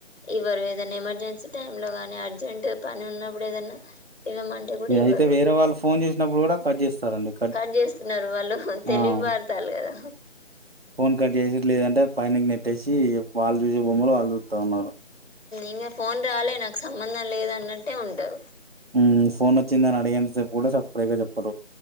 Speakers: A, on the left; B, on the right.
A: ఇవ్వరు ఏదన్నా ఎమర్జెన్సీ టైం లో గాని అర్జెంట్ పని ఉన్నప్పుడు ఏదన్నా ఇవ్వమంటే కూడా
B: ఇగ
A: ఇవ్వరు
B: అయితే వేరే వాళ్ళు ఫోన్ చేసినప్పుడు కూడా కట్ చేస్తారండి
A: కట్ చేస్తున్నారు వాళ్ళు తెలివిపడతాల్లు
B: ఆ!
A: కదా
B: ఫోన్ కట్ చేసుడు లేదంటే పైనకి నెట్టేసి వాళ్ళు చూసే బొమ్మలు వాళ్ళు చూస్తా ఉన్నారు
A: ఇంకా ఫోన్ రాలే నాకు సంబంధం లేదు అన్నట్టే ఉంటారు
B: మ్ ఫోన్ వచ్చిందని అడిగేంత సేపు కూడా సప్పుడేక చెప్పరు